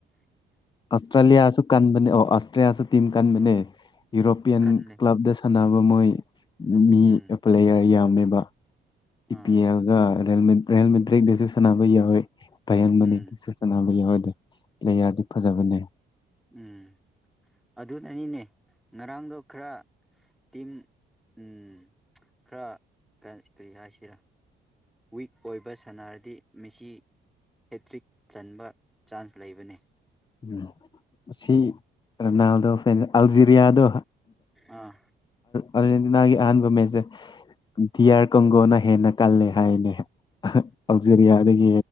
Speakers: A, on the left; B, in the centre.
A: ꯑꯁꯇ꯭ꯔꯂꯤꯌꯥꯌꯥ ꯑꯁꯨ ꯀꯥꯟꯕꯥꯅꯤ ꯑꯣ ꯦꯁ ꯇꯝ ꯀꯥꯟ ꯃ ꯌꯨꯔꯣꯄꯤꯌꯥꯟ
B: ꯈꯜꯂꯦ
A: ꯀ꯭ꯂꯕꯗ ꯁ ꯅꯕ ꯃꯣꯏ ꯃꯤ
B: ꯎꯝ
A: ꯄ ꯂꯩꯔ ꯌꯥꯝ ꯕ ꯏ
B: ꯑꯥ
A: ꯄꯤ ꯑꯦꯜꯒ ꯍꯦꯜꯃꯦ ꯍꯦꯜꯃꯦꯠ ꯕ꯭ꯔꯦꯛꯇꯁꯨ ꯁꯥꯟꯅꯕ ꯌꯥꯎꯋꯦ ꯄꯌꯦꯡꯕꯅꯦꯗꯁꯨ
B: ꯎꯝ
A: ꯁꯥꯟꯅꯕ ꯌꯥꯎꯋꯦ ꯑꯗꯨ ꯂꯩꯌꯥꯔꯗꯤ ꯐꯖꯕꯅꯦ
B: ꯎꯝ ꯑꯗꯨꯅꯅꯤꯅꯦ ꯉꯔꯥꯡꯗꯣ ꯈꯔ ꯇꯤꯝ ꯎꯝ ꯈꯔ ꯀꯔꯤ ꯍꯥꯏꯁꯤꯔꯥ ꯋꯤꯛ ꯑꯣꯏꯕ ꯁꯅꯥꯔꯗꯤ ꯃꯤꯁꯤ ꯍꯦꯇ꯭ꯔꯤꯛ ꯆꯟꯕ ꯆꯥꯟꯁ ꯂꯩꯕꯅꯤ
A: ꯝ ꯁꯤ ꯔꯅꯜꯗꯣ ꯐ ꯑꯜꯖꯤ ꯀ꯭ꯔꯤꯌꯥꯗꯣ
B: ꯑꯥ
A: ꯑꯔꯖꯦꯟꯇꯤꯅꯥꯒꯤ ꯑꯍꯥꯟꯕ ꯃꯦꯠꯁꯦ ꯗꯤꯌꯥꯔ
B: ꯑꯥ
A: ꯀꯣꯡꯒꯣꯅ ꯍꯦꯟꯅ ꯀꯜꯂ ꯍꯥꯏꯅꯦ ꯍꯥꯏ ꯑꯥꯎꯖꯔꯤꯌꯥꯗꯒꯤ